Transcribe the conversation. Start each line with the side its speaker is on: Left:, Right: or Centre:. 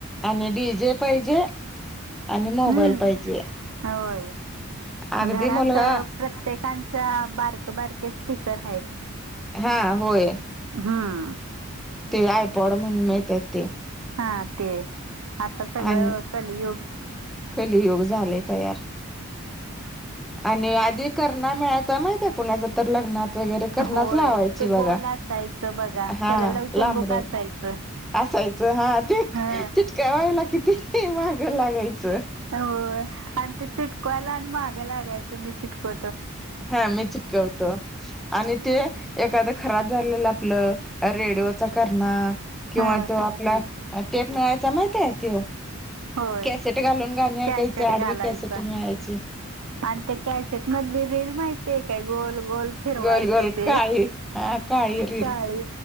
Centre: आणि डी जे पाहिजे. आणि मोबाईल
Right: हम्म
Centre: पाहिजे.
Right: होय
Centre: अगदी
Right: घरात
Centre: मुलगा
Right: प्रत्येकांच्या बारक बारके स्पीकर आहेत.
Centre: हा होय.
Right: हम्म.
Centre: ते आय पाॅड म्हणून मिळतात ते.
Right: हा ते आता सगळं
Centre: आणि
Right: कलियुग.
Centre: कलयुग झालय. तयार आणि आधी कर्णा मिळाचा माहित आहे कुणाच तर लग्नात वगैरे कर्णाच
Right: होय
Centre: लावायची
Right: ते
Centre: बघा
Right: गोल असायचं बघा
Centre: हा
Right: त्याला लवचंबुक
Centre: लांबड.
Right: असायचं.
Centre: असायचं हा ते
Right: हा
Centre: चिटकावायला किती माग लागायचं.
Right: होय आणि ते चिटकवायला आणि महागं लागायचं मी चिटकव
Centre: हा मी चिटकवतो आणि ते एखादा खराब झालेला आपल रेडिओचा कर्णा किंवा
Right: हा
Centre: तो आपला टेप मिळायचा माहितेय तो
Right: होय
Centre: कॅसेट घालून गाणे
Right: कॅशेट
Centre: ऐकाय ते आडवी
Right: घालायचा.
Centre: कॅसेट मिळायची
Right: आणि त्या कॅशट मधली रीळ माहिती आहे काय गोल गोल फिरवायचं
Centre: गोल गोल
Right: ते
Centre: काळी हा काळी रील
Right: काळी